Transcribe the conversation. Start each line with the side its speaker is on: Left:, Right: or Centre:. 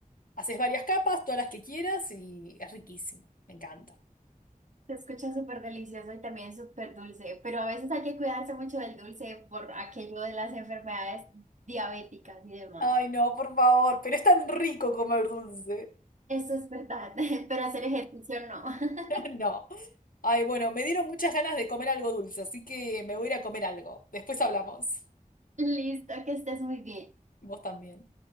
Left: Haces varias capas, todas las que quieras y es riquísimo. Me encanta.
Right: Se escucha súper delicioso y también súper dulce, pero a veces hay que cuidarse mucho del dulce por aquello de las enfermedades diabéticas y demás.
Left: Ay, no, por favor, pero es tan rico comer dulce.
Right: Eso es verdad, <laughs> pero hacer ejercicio no. <laughs>
Left: <laughs> No. Ay, bueno, me dieron muchas ganas de comer algo dulce, así que me voy a ir a comer algo. Después hablamos.
Right: Listo, que estés muy bien.
Left: Vos también.